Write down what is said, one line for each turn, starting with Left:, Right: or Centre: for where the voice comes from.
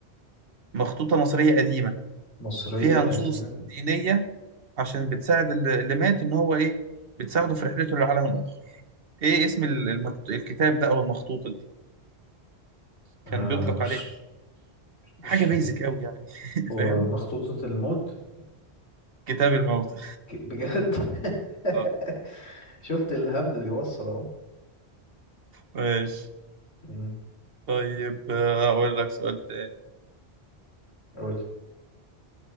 Right: مخطوطة مصرية قديمة
Left: مصرية
Right: فيها
Left: قديمة
Right: نصوص دينية عشان بتساعد اللي اللي مات إن هو إيه بتساعده في رحلته للعالم الآخر إيه اسم ال- المكت... الكتاب ده أو المخطوطة دي
Left: آه
Right: كان بيطلق
Left: مش
Right: عليه اسم
Left: مش
Right: حاجة بيزك
Left: من
Right: أوي يعني <laughs>
Left: ومخطوطة
Right: فاهم
Left: الموت
Right: كتاب الموتى
Left: ك- بجد <laughs>
Right: آه،
Left: شفت الهبد بيوصل اهو
Right: ماشي
Left: امم
Right: طيب آه، أقول لك سؤال تاني
Left: قول لي